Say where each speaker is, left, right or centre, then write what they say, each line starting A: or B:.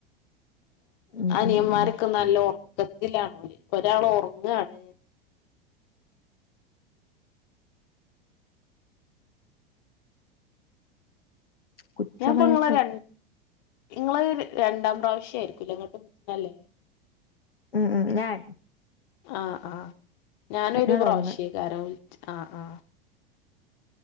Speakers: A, on the left (about 80°); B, on the left (about 50°).
A: ഉം
B: അനിയന്മാരൊക്കെ
A: ഉം ഉം
B: നല്ല ഉറക്കത്തിലാണ ഓല് ഒരാൾ ഒറങ്ങാണ്.
A: കുച്ചമയക്കം
B: ഞാൻ ഇപ്പ ഇങ്ങളെ ര ഇങ്ങളെ രണ്ടാം പ്രാവശ്യായിരിക്കൂല്ല ഇങ്ങോട്ട് വല്ലേ.
A: മം മം ഞാൻ.
B: ആഹ് ആഹ് ഞാനൊരു
A: നിങ്ങളൊന്ന്
B: പ്രാവശ്യക്കാരം വിളി ആഹ് ആഹ്